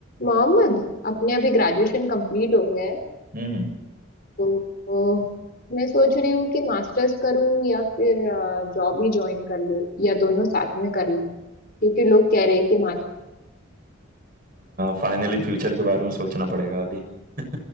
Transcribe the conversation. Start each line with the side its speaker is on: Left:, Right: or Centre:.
Left: मोहम्मद अपने अभी graduation complete हो गया है
Right: हम्म
Left: तो अ, मैं सोच रही हूँ कि मास्टर्स करूँ या फिर जॉब ही ज्वाइन कर लूँ या दोनों साथ में कर लूँ क्योंकि लोग कह रहे हैं कि मास्टर
Right: Finally future के बारे में सोचना पड़ेगा अभी <laughs>